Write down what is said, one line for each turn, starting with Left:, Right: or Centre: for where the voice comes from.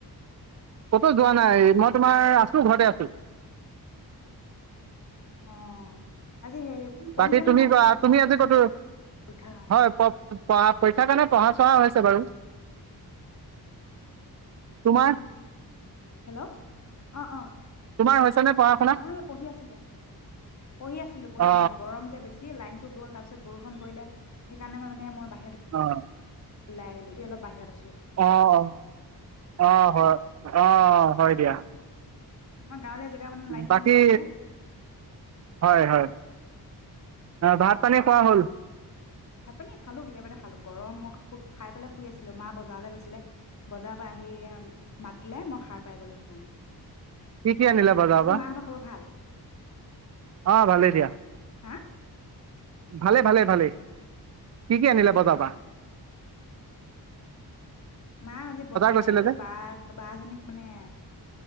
Right: ক'তো যোৱা নাই মই তোমাৰ আছো ঘৰতে আছো
Left: অ আজি হেৰি পঢ়িছানে
Right: বাকী তুমি
Left: নাই
Right: কোৱা, তুমি আজি ক'তো হয়,
Left: পৰীক্ষাৰ কাৰণে
Right: প-পঢ়া-পৰীক্ষাৰ কাৰণে পঢ়া, চহা হৈছে বাৰু। তোমাৰ
Left: হেল্ল' অ' অ'
Right: তোমাৰ হৈছে নে পঢ়া শুনা
Left: মই এই পঢ়ি আছিলোঁ, পঢ়ি আছিলোঁ, পঢ়ি
Right: অ
Left: আছিলোঁ গৰম যে বেছি, লাইনটো গ'ল। তাৰপিছত বৰষুণ পৰিলে, সেইকাৰণে মানে মই বাহিৰত
Right: অহ'
Left: ওলাই আহিলোঁ, এতিয়া অলপ বাহিৰত আছোঁ।
Right: অ' অ' অ' হয়। অ' হয় দিয়া।
Left: আমাৰ গাঁৱলীয়া জেগা মানে লাইনটো
Right: বাকী
Left: নাথাকে যে
Right: হয়, হয়। ভাত পানী খোৱা হ'ল?
Left: ভাত পানী খালোঁ, কেতিয়াবাতে খালোঁ। গৰম, মই খাই পেলাই শুই আছিলোঁ। মা বজাৰলৈ গৈছিলে, বজাৰৰ পৰা আহি মাতিলে মই সাৰ পাই গলোঁ সেইকাৰণে
Right: কি কি আনিলে বজাৰৰ
Left: বাকী
Right: পৰা?
Left: মাহঁতৰ খবৰ ভাল
Right: অ' ভালেই দিয়া,
Left: হা
Right: ভালে,
Left: অ
Right: ভালে
Left: অ
Right: ভালেই। কি কি আনিলে বজাৰৰ পৰা?
Left: মা আজি বজাৰ,
Right: গৈছিলে
Left: এই
Right: যে
Left: বা বা এইজনীক মানে